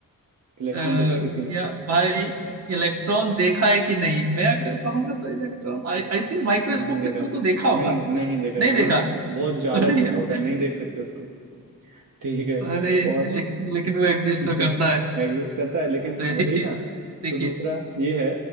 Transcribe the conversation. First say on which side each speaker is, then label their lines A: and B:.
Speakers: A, on the right; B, on the right.
A: इलेक्ट्रॉन
B: अ,
A: देखा है किसी ने
B: या भाई इलेक्ट्रॉन देखा है कि नहीं मैं अगर कहूंगा तो electron I I think microscope
A: नहीं देखा
B: के थ्रू तो देखा होगा
A: नहीं नहीं देखा
B: नहीं
A: इतना
B: देखा
A: बहुत ज़्यादा
B: अरे
A: छोटा
B: यार
A: होता है नहीं देख सकते उसको ठीक है
B: अरे
A: और
B: लेकिन लेकिन वो एग्जिस्ट
A: <laughs>
B: तो करता है
A: एग्जिस्ट करता है लेकिन
B: हाँ तो ऐसी
A: वही
B: चीज
A: ना
B: देखिए
A: तो दूसरा ये है